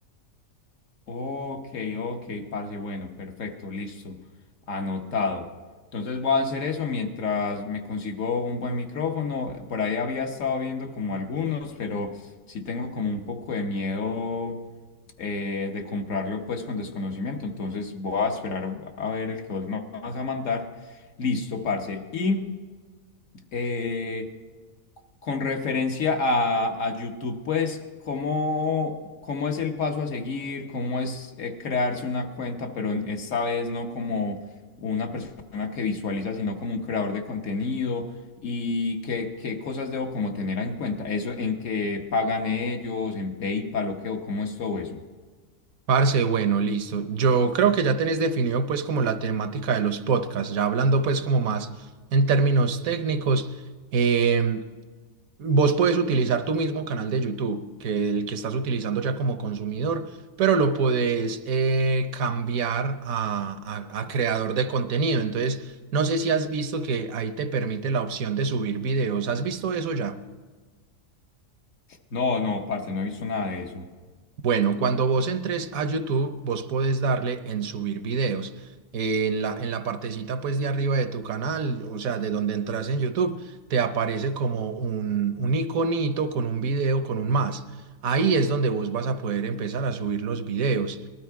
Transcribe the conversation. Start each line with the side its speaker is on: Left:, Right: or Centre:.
Left: Ok, ok, parce, bueno, perfecto, listo, anotado. Entonces voy a hacer eso mientras me consigo un buen micrófono. Por ahí había estado viendo como algunos, pero sí tengo como un poco de miedo eh, de comprarlo pues con desconocimiento. Entonces voy a esperar a ver el que vos me vas a mandar. Listo, parce. Y Eh, con referencia a, a YouTube, pues, ¿cómo, cómo es el paso a seguir? ¿Cómo es eh, crearse una cuenta, pero en- esta vez no como una persona que visualiza, sino como un creador de contenido? ¿Y qué, qué cosas debo como tener en cuenta? ¿Eso en qué pagan ellos, en PayPal o qué, o cómo es todo eso?
Right: Parce, bueno, listo. Yo creo que ya tenés definido pues como la temática de los podcasts, ya hablando pues como más en términos técnicos. em, Vos puedes utilizar tu mismo canal de YouTube, que el que estás utilizando ya como consumidor, pero lo puedes eh, cambiar a, a- a creador de contenido. Entonces, no sé si has visto que ahí te permite la opción de subir videos. ¿Has visto eso ya?
Left: No, no, parce, no he visto nada de eso.
Right: Bueno, cuando vos entres a YouTube, vos podés darle en subir videos. Eh, en la, en la partecita pues de arriba de tu canal, o sea, de donde entras en YouTube, te aparece como un, un iconito con un video, con un más. Ahí es donde vos vas a poder empezar a subir los videos.